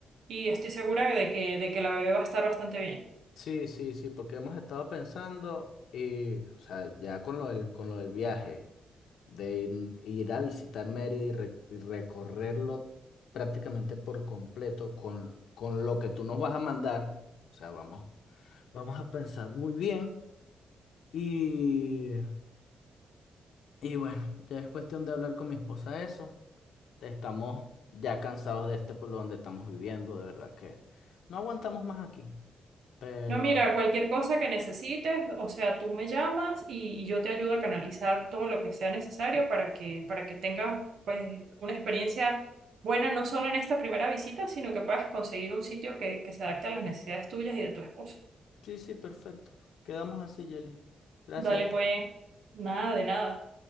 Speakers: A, on the right (about 65°); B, on the left (about 85°).
A: y estoy segura de que, de que la bebé va a estar bastante bien.
B: Sí, sí, sí, porque hemos estado pensando y, o sea, ya con lo del, con lo del viaje, de ir, ir a visitar Mérida y, re- y recorrerlo prácticamente por completo con, con lo que tú nos vas a mandar. O sea, vamos, vamos a pensar muy bien y, y bueno, ya es cuestión de hablar con mi esposa eso. Estamos ya cansados de este pueblo donde estamos viviendo, de verdad que no aguantamos más aquí, pero
A: No, mira, cualquier cosa que necesites, o sea, tú me llamas y, y yo te ayudo a canalizar todo lo que sea necesario para que, para que tengas, pues, una experiencia buena, no solo en esta primera visita, sino que puedas conseguir un sitio que, que se adapte a las necesidades tuyas y de tu esposo.
B: Sí, sí, perfecto. Quedamos así, Jelly. Gracias.
A: Dale, pues, nada de nada.